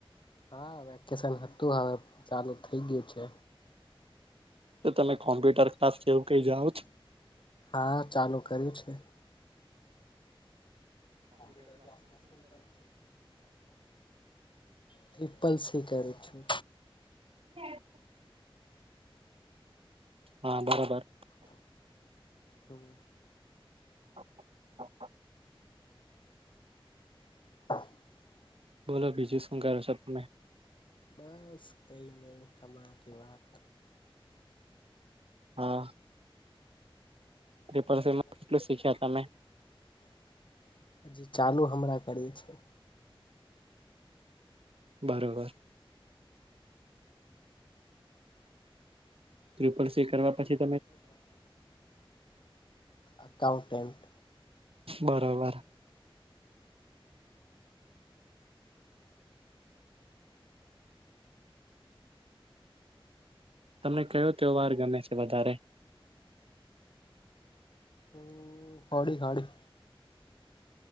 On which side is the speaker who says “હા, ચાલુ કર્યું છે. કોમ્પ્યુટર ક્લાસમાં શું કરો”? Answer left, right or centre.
Left